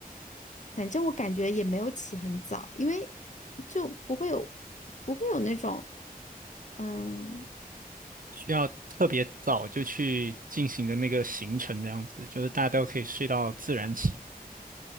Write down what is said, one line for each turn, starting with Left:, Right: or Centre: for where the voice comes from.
Left: 反正我感觉也没有起很早，因为就不会有不会有那种，嗯，
Right: 需要特别早就去进行的那个行程，这样子就是大家都可以睡到自然醒，